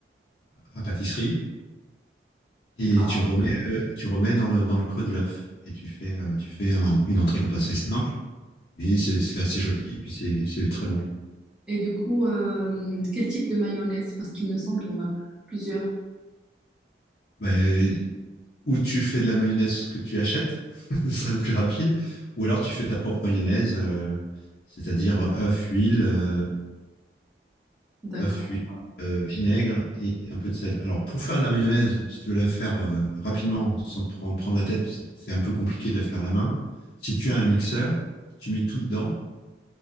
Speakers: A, on the left (about 55°); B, in the centre.
A: à pâtisserie et
B: D'accord.
A: tu remets, tu remets dans le, dans le creux de l'œuf et tu fais, euh, tu fais un, une entrée comme ça. C'est simple, mais c'est, c'est assez joli et puis c'est, c'est très bon.
B: Et du coup, euh, quel type de mayonnaise? Parce qu'il me semble qu'il y en a plusieurs.
A: Bah, euh, ou tu fais de la mayonnaise que tu achètes, <laughs> ce serait le plus rapide, ou alors tu fais ta propre mayonnaise, euh, c'est-à-dire œuf, huile, euh,
B: D'accord.
A: à fuir, euh, vinaigre et un peu de sel. Alors, pour faire la mayonnaise, si tu veux la faire euh, rapidement, sans te prendre, prendre la tête, c'est c'est un peu compliqué de la faire à la main. Si tu as un mixeur, tu mets tout dedans,